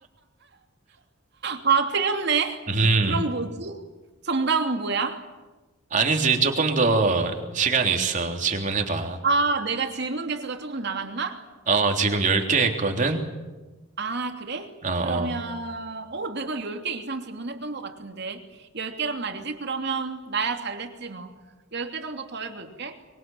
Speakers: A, on the right; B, on the right.
A: 아, 틀렸네.
B: <laughs> 음,
A: 그럼 뭐지? 정답은 뭐야?
B: 아니지. 조금 더 시간이 있어. 질문해봐.
A: 아, 내가 질문 개수가 조금 남았나?
B: 어, 지금 10개 했거든?
A: 아, 그래?
B: 어, 어.
A: 그러면, 어, 내가 10개 이상 질문했던 것 같은데. 10개란 말이지? 그러면, 나야 잘 됐지, 뭐. 10개 정도 더 해볼게.